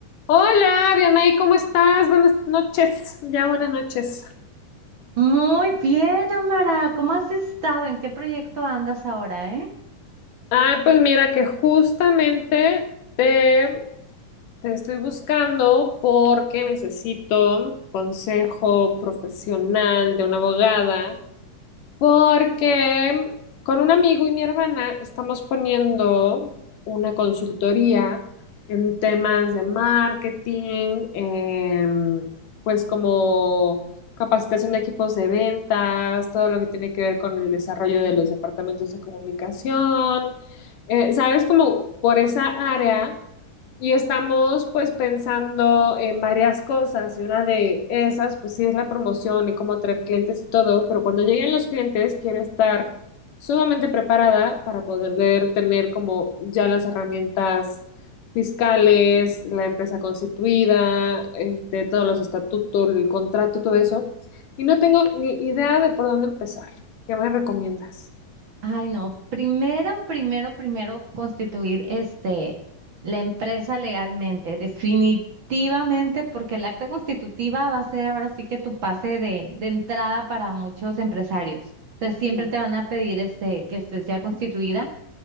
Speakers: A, on the left; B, on the right.
A: Hola, Dianay, ¿cómo estás? Buenas noches, ya buenas noches.
B: Muy bien, Amara. ¿Cómo has estado? ¿En qué proyecto andas ahora, eh?
A: Ah, pues mira que justamente te, te estoy buscando porque necesito consejo profesional de una abogada Porque con un amigo y mi hermana estamos poniendo una consultoría en temas de marketing, em, pues como capacitación de equipos de ventas, todo lo que tiene que ver con el desarrollo de los departamentos de comunicación, Eh, ¿sabes? Como por esa área. Y estamos pues pensando en varias cosas y una de esas pues sí es la promoción y cómo traer clientes y todo, pero cuando lleguen los clientes quiero estar sumamente preparada para poder tener como ya las herramientas fiscales, la empresa constituida, este, todos los estatutos, el contrato, todo eso. Y no tengo ni idea de por dónde empezar. ¿Qué me recomiendas?
B: Ay, no. Primero, primero, primero constituir este la empresa legalmente, definitivamente, porque el acta constitutiva va a ser ahora sí que tu pase de, de entrada para muchos empresarios. Entonces
A: Ujú.
B: siempre te van a pedir este que estés ya constituida.